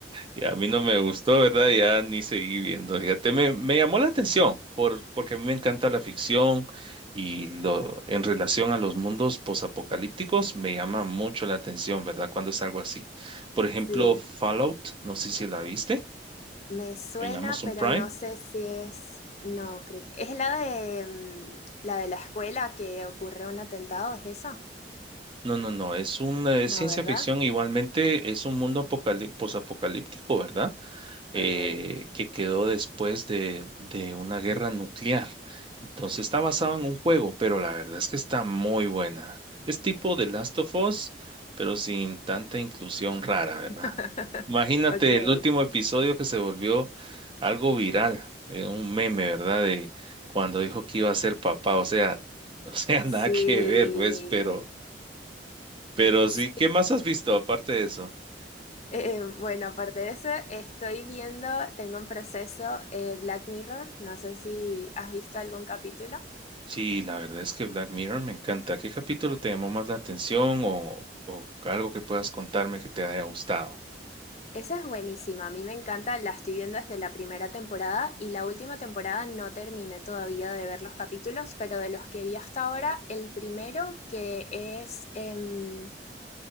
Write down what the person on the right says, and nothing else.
y a mí no me gustó, ¿verdad? Ya ni seguí viendo. Fíjate, me, me llamó la atención por, porque a mí me encanta la ficción y lo, en relación a los mundos posapocalípticos me llama mucho la atención, ¿verdad? Cuando es algo así. Por ejemplo,
Fallout, no sé si la viste
en Amazon
Prime.
No, no, no, es una es
ciencia
ficción, igualmente es un mundo apocalí- posapocalíptico, ¿verdad? eh,
que quedó después de, de una guerra nuclear. Entonces está basado en un juego, pero la verdad es que está muy buena. Es tipo The Last of Us, pero sin tanta inclusión rara, ¿verdad?
Imagínate
el último episodio que se volvió algo viral, eh, un meme, ¿verdad? De cuando dijo que iba a ser papá, o sea, o sea,
<laughs> nada que ver, pues, pero, pero
sí, ¿qué más has visto aparte de eso?
Sí, la verdad es que Black Mirror me encanta. ¿Qué capítulo te llamó más la atención o, o algo que puedas contarme que te haya gustado?